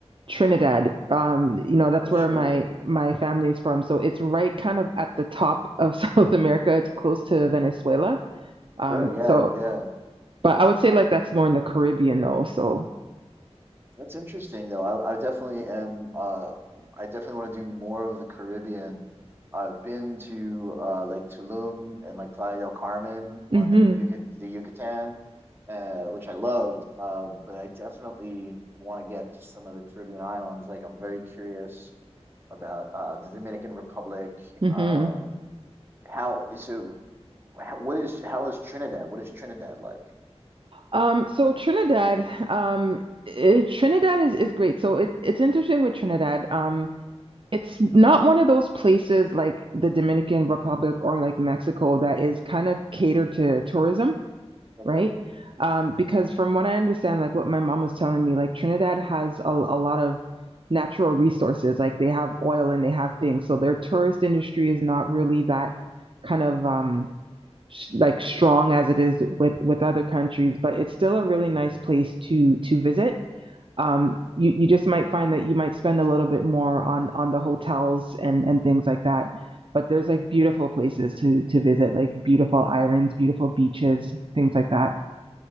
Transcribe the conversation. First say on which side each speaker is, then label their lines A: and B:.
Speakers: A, on the right; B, on the right.
A: Trinidad. Um, you know, that's
B: Oh, sure,
A: where my my family is from. So it's right kind of at the top of <laughs> South America. It's close to Venezuela. Um,
B: sure, yeah,
A: so
B: yeah.
A: but I would say like that's more in the Caribbean though. So
B: That's interesting though. I, I definitely am uh I definitely want to do more of the Caribbean. I've been to uh like Tulum and like Playa del Carmen
A: hmm
B: on the Yuc the Yucatan, uh which I loved. Uh but I definitely want to get to some of the Caribbean islands. Like I'm very curious about uh the Dominican Republic.
A: hmm
B: Um how so how, what is how is Trinidad? What is Trinidad like?
A: Um, so Trinidad, um, it, Trinidad is is great. So it it's interesting with Trinidad. Um, It's not one of those places like the Dominican Republic or like Mexico that is kind of catered to tourism,
B: Okay.
A: right? Um, because from what I understand, like what my mom was telling me, like Trinidad has a, a lot of natural resources. Like they have oil and they have things. So their tourist industry is not really that kind of um sh like strong as it is with with other countries, but it's still a really nice place to to visit um, you you just might find that you might spend a little bit more on on the hotels and and things like that. But there's like beautiful places to to visit, like beautiful islands, beautiful beaches, things like that.